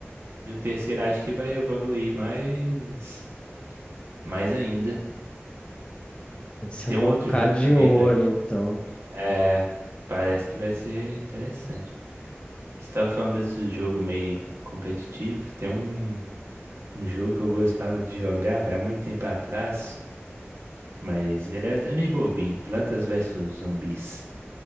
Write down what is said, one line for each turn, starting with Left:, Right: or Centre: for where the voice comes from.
Right: e o terceiro acho que vai evoluir mais, mais ainda.
Left: Esse
Right: Tem
Left: eu vou
Right: um outro
Left: ficar
Right: jogo
Left: de
Right: também,
Left: olho,
Right: velho.
Left: então.
Right: É, parece que vai ser interessante. Você tava falando desse jogo meio competitivo. Tem um, um jogo que eu gostava de jogar, velho, há muito tempo atrás, mas ele era até meio bobinho. Plantas versus Zumbis.